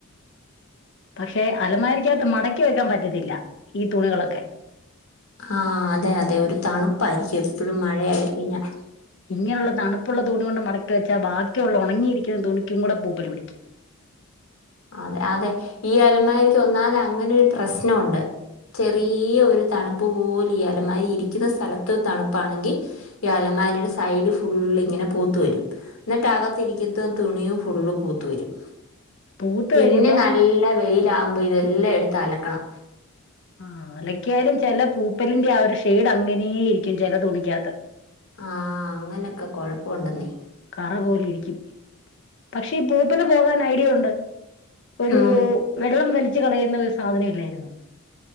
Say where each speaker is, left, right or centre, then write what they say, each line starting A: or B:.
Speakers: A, on the left; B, on the left.
A: പക്ഷെ അലമാരിക്കകത്ത് മടക്കി വെക്കാൻ പറ്റത്തില്ല ഈ തുണികളൊക്കെ
B: ആഹ അതെ അതെ ഒരു തണുപ്പായിരിക്കും എപ്പോഴും മഴയായി കഴിഞ്ഞാൽ
A: ഇങ്ങനെയുള്ള തണുപ്പുള്ള തുണി കൊണ്ട് മടക്കി വെച്ചാൽ ബാക്കിയുള്ള ഉണങ്ങിയിരിക്കുന്ന തുണിക്കും കൂടെ പൂപ്പിൽ പിടിക്കും
B: അതെ അതെ ഈ അലമാരിക്ക് ഒന്നാതെ അങ്ങനൊരു പ്രശ്നംണ്ട് ചെറിയ ഒരു തണുപ്പ് പോലും അലമാരി ഇരിക്കുന്ന സ്ഥലത്ത് തണുപ്പാണെങ്കിൽ ഈ അലമാരയുടെ സൈഡ് ഫുള്ങ്ങനെ പൂത്തു വരും എന്നിട്ട് അകത്തിരിക്കുന്നത് തുണിയും ഫുള്ള് പൂത്ത വരും
A: പൂത്ത്
B: പിന്നെ
A: കഴിയുമ്പം
B: നല്ല വെയില ആകുമ്പ് ഇതെല്ലാം എടുത്ത് അലക്കണം
A: ആ അലക്കിയാലും ചില പൂപ്പലിന്റെ ആ ഒരു ഷെയഡ് അങ്ങനെയേയിരിക്കും ചില തുണിക്കാത്ത
B: ആഹ അങ്ങനെയൊക്കെ കൊഴപ്പുണ്ടെന്നേ
A: കറ പോലെ ഇരിക്കും പക്ഷേ ഈ പൂപ്പില് പോകാൻ ഐഡിയ ഉണ്ട് ഒരു
B: ഉം
A: വെള്ളം വലിച്ചു കളയുന്ന ഒരു സാധന ഇല്ലായിരുന്നു